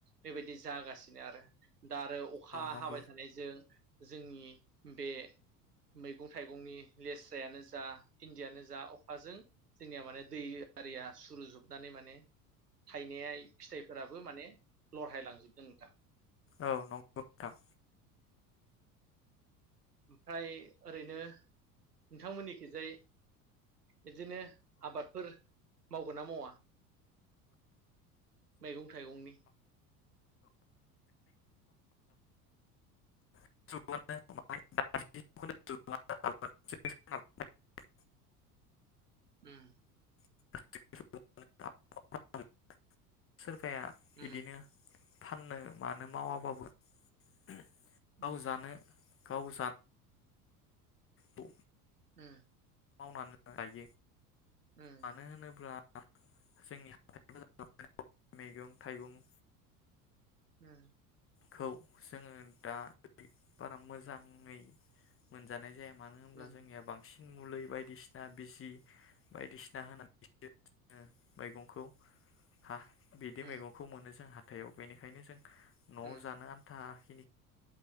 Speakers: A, on the right; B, on the left.
A: बेबायदि जागासिनो आरो। दा आरो अखा
B: औ नंगौ
A: हाबाय थानायजों जोंनि बे मैगं थाइगंनि लेस्रायानो जा बिन्दियानो जा अखाजों जोंनिया माने दै आरिया सुरुजोबनानै माने थायनाया फिथाइफोराबो माने लरह्रायलांजोबदों नोंथां।
B: औ नंगौ नोंथां
A: ओमफ्राय ओरैनो नोंथांमोननिखिजाय बिदिनो आबादफोर मावगोन ना मावा मैगं थाइगंनि?
B: <unintelligible>
A: ओम।
B: <inaudible> फाया
A: उम
B: इदिनो फाननो मानो मावाबाबो गाव
A: उम
B: जानो गाव जानो औ।
A: होम
B: मावनानै गायो।
A: उम
B: मानो होनोब्ला जोंनि <inaudible> मैगं थाइगं
A: उम
B: खौ जोङो दा बारा मोजां मुङै मोनजानाय जाया मानो होनब्ला
A: उम
B: जोंनिया बांसिन मुलै बायदिसिना बिजि। बायदिसिना होनानै बिसो ओ मैगंखौ हा। बिदि
A: उम
B: मैगंखौ मोनो जोंहा थायाव बेनिखायनो जों न'आव
A: उम
B: जानो आन्था खिनि